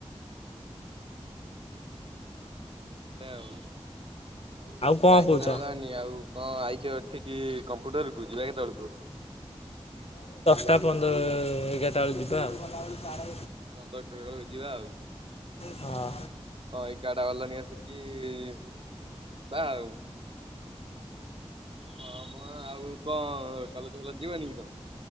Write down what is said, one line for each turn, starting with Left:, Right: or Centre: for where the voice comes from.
Right: ଅହ। ଛଅ ଦିନ ପରେ ଆଉ। ଆଉ
Left: କଣ
Right: ଟାଇମ
Left: କହୁଛ?
Right: କେତେଟା ହେଲାନି। ଆଉ କଣ ଆଇଛ ଏଠିକି କମ୍ପୁଟରକୁ ଯିବା କେତେବେଳକୁ।
Left: ଆଟା ପନ୍ଦର ଏଗାରଟା ବେଳେ ଯିବା ଆଉ।
Right: ହଁ ପନ୍ଦର କିଲୋ ବେଳକୁ ଯିବା ଆଉ।
Left: ହଁ
Right: କଣ ଏଗାରଟା ବାଜିଲାଣି ଆସିକି ଯିବା ଆଉ। ହଁ ମ ଆଉ କଣ କଲେଜ ଫଲେଜ ଯିବନି କି ତମେ?